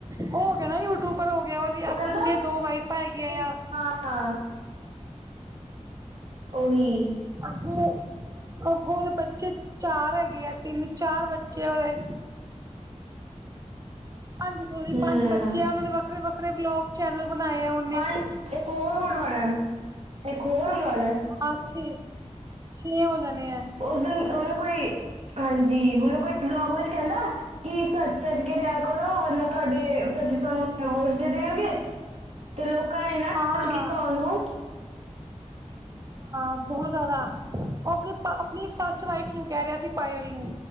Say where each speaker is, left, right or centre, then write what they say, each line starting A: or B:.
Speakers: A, on the right; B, on the right.
A: ਓ ਹੋ ਗਯਾ ਨਾ ਯੂ-ਟੂਬਰ ਹੋ ਗਿਆ, ਓਦੀਆਂ
B: ਉਹ ਕਹਿੰਦਾ
A: ਖੁਦ ਦੀਆ ਦੋ ਵਾਈਫਾਂ ਹੈਗੀਆ ਯਾਂ।
B: ਹਾਂ ਓਹੀ
A: ਅੱਗੋ ਅੱਗੋਂ ਓਦੇ ਬੱਚੇ ਚਾਰ ਹੈਗੇ ਆ, ਤਿੰਨ-ਚਾਰ ਬੱਚੇ ਆ ਓਦੇ। ਪੰਜ ਸੋਰੀ
B: ਹੂੰ
A: ਪੰਜ ਬੱਚੇ ਆ ਓਨਾਂ ਦੇ ਵੱਖਰੇ-ਵੱਖਰੇ ਵਲੋਗ ਚੈਨਲ ਬਣਾਏ ਆ ਓ
B: ਪੰਜ, ਇੱਕ ਹੋਰ ਹੋਣ ਵਾਲਾ, ਇਕ ਹੋਰ ਹੋਣ ਵਾਲਾ।
A: ਹਾਂ ਛੇ, ਛੇ ਹੋ ਜਾਣੇ ਐ।
B: ਓਸ ਦਿਨ ਉਹਨਾਂ ਕੋਈ, ਹਾਂਜੀ ਮਤਲਬ ਕੋਈ ਵਲੋਗ ਵਿੱਚ ਕੈਂਦਾ ਕੀ ਸੱਜ-ਤਜੱ ਕੇ ਰਿਆ ਕਰੋ ਵਰਨਾ ਤੁਆਡੇ ਪਤੀ ਤੁਆਨੂੰ ਡਿਵੋਰਸ ਦੇ ਦੇਣਗੇ ਤੇ ਲੋਕਾਂ ਨੇ ਏਨਾ,
A: ਹਾਂ ਹਾਂ
B: ਤੰਗ ਕੀਤਾ ਓਨੂੰ।
A: ਹਾਂ, ਬਹੁ ਜਾਦਾ, ਓ ਅਪਨੀ ਪਾ ਅਪਨੀ ਫਸਟ ਵਾਈਫ ਨੂੰ ਕੈ ਰਿਆ ਸੀ ਪਾਯਲ ਨੂੰ।